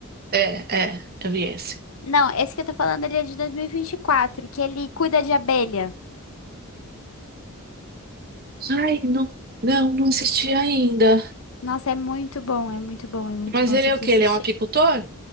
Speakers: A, on the right; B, on the left.
A: É, é, eu vi esse.
B: Não, esse que eu tô falando, ele é de 2024, que ele cuida de abelha.
A: Ai, não, não, não assisti ainda.
B: Nossa, é muito bom, é muito bom, é muito
A: Mas
B: bom,
A: ele
B: você
A: é
B: precisa
A: o quê?
B: assistir.
A: Ele é um apicultor?